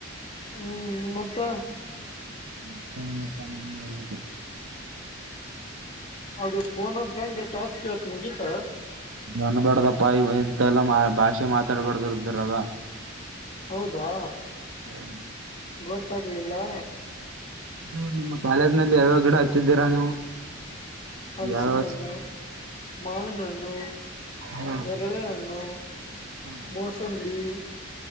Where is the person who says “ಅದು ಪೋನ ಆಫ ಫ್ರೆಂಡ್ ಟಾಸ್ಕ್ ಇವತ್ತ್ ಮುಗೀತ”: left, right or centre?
Left